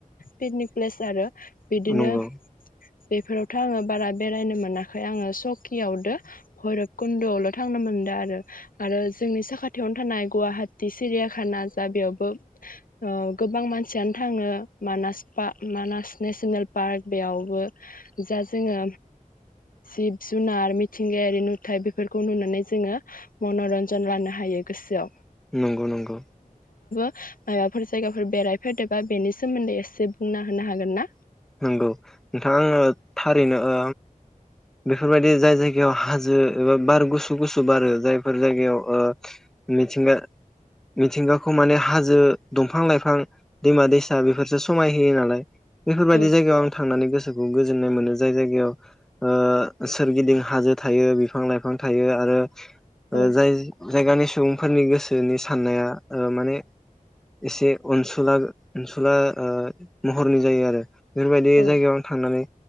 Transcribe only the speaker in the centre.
नंगौ
नंगौ नंगौ
नंगौ नोंथां आङो थारैनो ओ बेफोरबायदि जाय जायगायाव हाजो एबा बार गुसु गुसु बारो जायफोर जायगायाव ओ मिथिंगा मिथिंगाखौ माने हाजो दंफां लाइफां दैमा दैसा बेफोरसो समाय होयो नालाय बेफोरबायदि
जायगायाव आं थांनानै गोसो खौ गोजोननाय मोनो जाय जायगायाव ओ सोरगिदिं हाजो थायो बिफां लाइफां लायफां थायो आरो ओ
जाय जायगानि सुबुं सुबुंफोरनि गोसोनि साननाया ओ माने एसे अनसुला अनसुला ओ महरनि जायो आरो बेफोरबायदि
जायगायावनो थांनानै